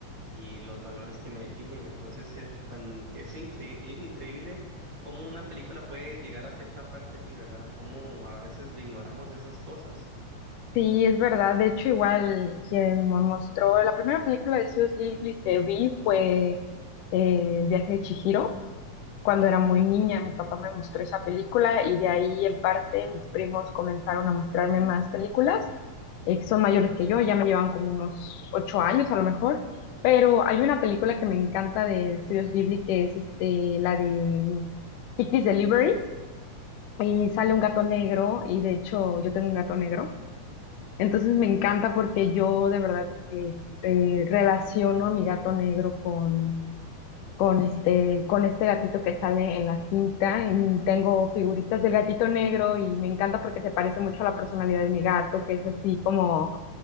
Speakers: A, on the right; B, on the left.
A: y, y los valores que me definen. Entonces es tan, es incre- es increíble cómo una película puede llegar a ser tan parte de ti, ¿verdad? Cómo a veces ignoramos esas cosas.
B: Sí, es verdad. De hecho, igual quien me mostró la primera película de Studio Ghibli que vi fue eh, El viaje de Chihiro. cuando era muy niña, mi papá me mostró esa película y de ahí en parte mis primos comenzaron a mostrarme más películas, eh, que son mayores que yo, ya me llevan como unos ocho años a lo mejor, pero hay una película que me encanta de Estudios Ghibli que es este, la de Kiki's Delivery y sale un gato negro y de hecho yo tengo un gato negro, entonces me encanta porque yo de verdad que, eh, relaciono a mi gato negro con con este, con este gatito que sale en la cinta. Y tengo figuritas del gatito negro y me encanta porque se parece mucho a la personalidad de mi gato, que es así como,